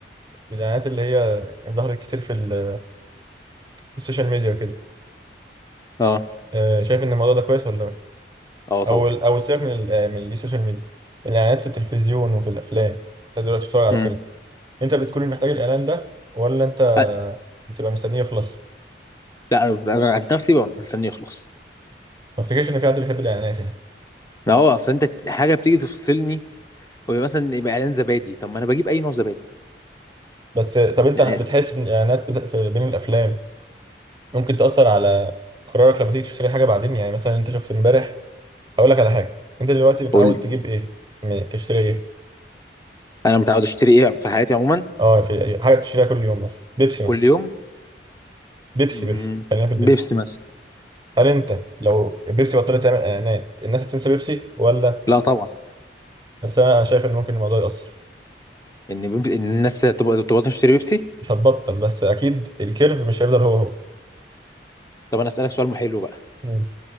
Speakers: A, on the right (about 25°); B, on the left (about 20°).
A: الإعلانات اللي هي ظهرت كتير في ال- في السوشيال ميديا وكده
B: اه
A: آه، شايف إن الموضوع ده كويس ولا وحش؟
B: اه طبعا
A: أو ال- أو سيبك من ال- آه، من السوشيال ميديا الإعلانات في التلفزيون وفي الأفلام انت دلوقتي بتتفرج على
B: مم.
A: فيلم انت بتكون محتاج الإعلان ده ولا انت
B: أ-
A: بتبقى مستنيه يخلص
B: لا انا عن نفسي ببقى مستني يخلص
A: ما افتكرش ان في حد بيحب الاعلانات يعني
B: ما هو اصل انت حاجه بتيجي تفصلني هو مثلا يبقى اعلان زبادي طب ما انا بجيب اي نوع زبادي
A: بس طب انت
B: يعني
A: بتحس ان الاعلانات بت- في- بين الافلام ممكن تاثر على قرارك لما تيجي تشتري حاجه بعدين يعني مثلا انت شفت امبارح اقول لك على حاجه انت دلوقتي متعود
B: قول لي
A: تجيب ايه م- تشتري ايه
B: انا متعود اشتري ايه في حياتي عموما
A: اه في أي حاجه بتشتريها كل يوم مثلا بيبسي
B: كل
A: مثلا
B: يوم
A: بيبسي
B: مم،
A: بيبسي خلينا في
B: بيبسي
A: البيبسي
B: مثلا
A: هل انت لو بيبسي بطلت تعمل اعلانات الناس هتنسى بيبسي ولا
B: لا طبعا
A: بس انا أنا شايف ان ممكن الموضوع ياثر
B: ان بيب... إن الناس تبقى تبقى تشتري بيبسي
A: مش هتبطل بس اكيد الكيرف مش هيفضل هو هو
B: طب انا اسالك سؤال حلو بقى
A: مم.